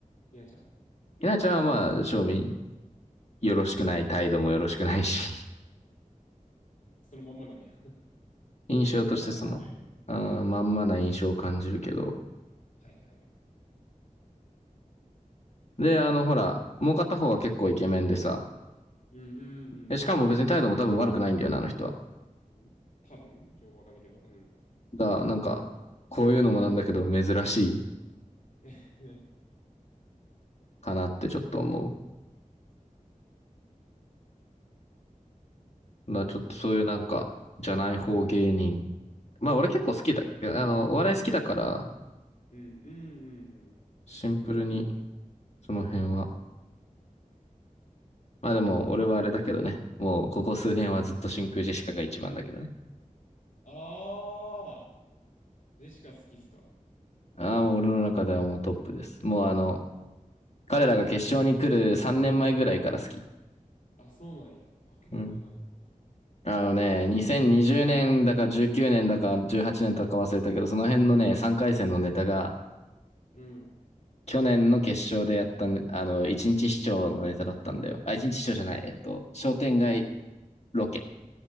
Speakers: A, on the left; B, on the left.
A: みなちゃん、
B: 稲ちゃんはまあ、正面よろしくない、態度もよろしくないし、
A: そのまんまなんや。
B: <laughs>
A: <laughs>
B: 印象としてその、
A: そのまんまだね
B: あまんまな印象を感じるけど。
A: はいはいはい。
B: で、あの、ほら、もう片方は結構イケメンでさ、
A: うんうん
B: えしかも別に態度も多分悪くないんだよな、あの人は。
A: うん。多分、ちょっとわかんないけど、うん。
B: だから、なんか、こういうのもなんだけど、珍しい
A: <laughs>
B: かなってちょっと思う。だからちょっとそういうなんか、じゃない方芸人。まあ、俺結構好きだ。あの、
A: はいう
B: お笑い好きだから、
A: ん、うん、うん、うん。
B: シンプルに、その辺はまあでも、俺はあれだけどね。もう、ここ数年はずっと真空ジェシカが一番だけどね。
A: ああ、ジェシカ好きっすか。
B: ああ、もう俺の中ではもうトップです。もうあの、彼らが決勝に来る3年前ぐらいから好き。
A: あ、そうなんや。あ、結構長いね。
B: うん。あのね、2020年だか19年だか18年だか忘れたけど、その辺のね、3回戦のネタが、
A: うん。
B: 去年の決勝でやったね、あの、1日市長のネタだったんだよ。あ、1日市長じゃない。えっと、商店街ロケ。